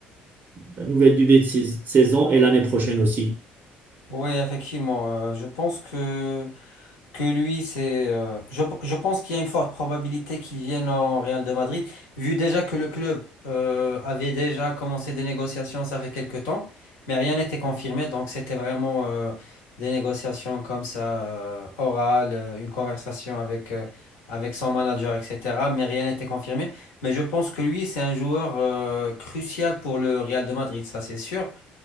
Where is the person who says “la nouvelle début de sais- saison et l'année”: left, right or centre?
Right